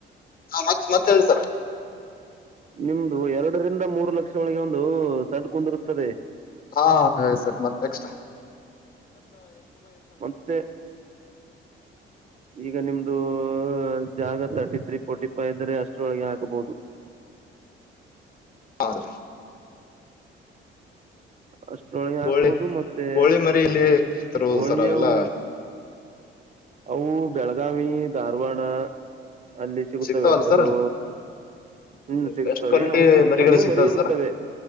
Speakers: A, on the left; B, on the right.
A: ಹ ಮತ್ ಮತ್ತತ್ ಹೇಳಿ
B: ನಿಮ್ದು ಎರಡರಿಂದ ಮೂರು ಲಕ್ಷ ಒಳಗೆ ಒಂದು ಸಡ್ ಕುಂದಿರುತ್ತದೆ
A: ಹಾ ಹೇಳ ಸರ್ ಮತ್ತ ನೆಕ್ಸ್
B: ಮತ್ತೆ ಈಗ ನಿಮ್ದು ಜಾಗ ತರ್ಟಿ ತ್ರೀ ಫೋರ್ಟಿ ಫೈ ಎಂದರೆ ಅಷ್ಟರೊಳಗೆ ಹಾಕಬಹುದು
A: <unintelligible>
B: ಅಷ್ಟೊಳಗೆ
A: ಕೋಳಿ
B: ಹಾಕುವೋದು ಮತ್ತೆ
A: ಕೋಳಿ ಮರಿ ಇಲ್ಲಿ ತರುವುದು
B: ಹೋಳಿಯವು
A: ಸರ್ ಅವೆಲ್ಲ
B: ಅವು ಬೆಳಗಾವಿ ಧಾರವಾಡ ಅಲ್ಲಿ ಸಿಗುತ್ತವೆ
A: ಸಿಗ್ತಾವಲ್ಲ
B: ಚಲೋ
A: ಸರ್
B: ಹ್ಮ್ ಸಿಗತವೆ
A: ಬೆಸ್ಟ್ ಕ್ವಾಲಿಟಿ
B: ಅವು
A: ಮರಿಗಳು
B: ಸಣ್ಣು
A: ಸಿಗ್ತಾವಲ್ಲ
B: ಮರಿ ಇರುತ್ತವೆ
A: ಸರ್